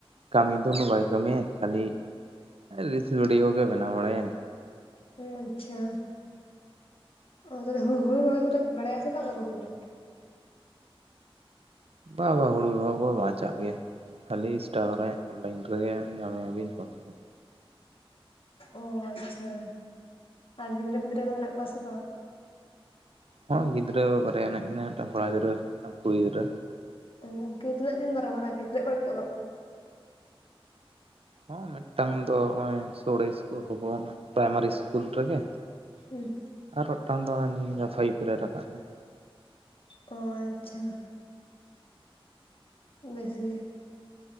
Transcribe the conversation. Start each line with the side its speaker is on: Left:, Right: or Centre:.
Right: ᱠᱟᱹᱢᱤ ᱫᱚ ᱩᱱᱟᱹᱜ ᱵᱟᱭ ᱠᱟᱹᱢᱤᱭᱟ, ᱠᱷᱟᱹᱞᱤ ᱨᱤᱞᱥ ᱵᱷᱤᱰᱭᱳ ᱜᱮ ᱵᱮᱱᱟᱣ ᱵᱟᱲᱟᱭᱟ᱾
Left: ᱚᱸ ᱟᱪᱪᱷᱟ᱾ ᱚ ᱛᱟᱦᱮ ᱦᱩ ᱦᱩᱲ ᱨᱚᱭ ᱠᱚᱫᱚᱭ ᱵᱟᱲᱟᱭ ᱟ ᱥᱮ ᱵᱟᱝᱟ ᱵᱚᱦᱩ ᱫᱚ?
Right: ᱵᱟ ᱵᱟ ᱦᱩᱲᱩ ᱨᱮᱦᱚᱸᱭ ᱠᱚᱦᱚᱸ ᱵᱟᱭ ᱪᱟᱜ ᱜᱮ᱾ ᱠᱷᱞᱤ ᱤᱥᱴᱟᱜᱮᱨᱟᱢ ᱚᱱᱞᱟᱭᱤᱱ ᱨᱮᱜᱮ ᱧᱟᱢᱮᱭᱟᱵᱤᱱ ᱥᱚᱵ ᱥᱚᱢᱳᱭ
Left: ᱚ ᱟᱪᱪᱷᱟ, ᱟᱨ ᱜᱤᱫᱽᱨᱟᱹ ᱯᱤᱫᱽᱨᱟᱹ ᱫᱚ ᱢᱮᱱᱟᱜ ᱠᱚᱣᱟ ᱥᱮ ᱵᱟᱝ?
Right: ᱦᱚᱹ ᱜᱤᱫᱽᱨᱟᱹ ᱵᱭᱟ ᱦᱮᱱᱟᱜ ᱠᱤᱱᱟ ᱢᱤᱫᱴᱟᱝ ᱠᱚᱲᱟ ᱜᱤᱫᱽᱨᱟᱹ, ᱢᱤᱫᱴᱟᱝ ᱠᱩᱲᱤ ᱜᱤᱫᱽᱨᱟᱹ᱾
Left: ᱚ ᱩᱱᱠᱤᱱ ᱛᱤᱱᱟᱹᱜ ᱫᱤᱱ ᱢᱟᱨᱟᱝ ᱢᱟᱨᱟᱝᱼᱟ ᱠᱤᱱ‌ ᱛᱤᱱᱟ. ᱜ ᱨᱮᱠᱤᱱ ᱚᱞᱚᱜ ᱠᱟᱱᱟ?
Right: ᱦᱚᱸ ᱢᱤᱫᱴᱟᱝ ᱫᱚ ᱱᱚᱜᱼᱚᱭ ᱥᱳᱲᱮ ᱤᱥ ᱠᱚ ᱦᱚᱵᱚᱱ ᱯᱨᱟᱭᱢᱟᱨᱤ ᱥᱤᱥᱠᱩᱞ ᱨᱮᱜᱮ᱾
Left: ᱦᱩᱸ᱾
Right: ᱟᱨ ᱢᱤᱫᱴᱟᱝ ᱫᱚ ᱱᱤᱭᱟᱹ ᱫᱟ ᱯᱟᱭᱤᱯ ᱨᱮ ᱨᱟᱠᱟᱵ ᱱᱟᱭ᱾
Left: ᱚ ᱟᱪᱪᱷᱟ, ᱵᱮᱥ ᱜᱮ᱾